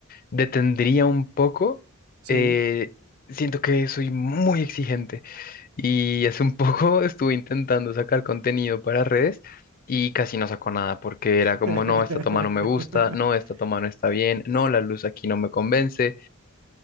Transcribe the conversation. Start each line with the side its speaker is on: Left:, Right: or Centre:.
Left: detendría un poco.
Right: Sí.
Left: eh, siento que soy muy exigente y hace un poco <laughs> estuve intentando sacar contenido para redes y casi no sacó nada porque
Right: <laughs>
Left: era como, no, esta toma no me gusta, no, esta toma no está bien, no,
Right: Sí.
Left: la luz aquí no me convence.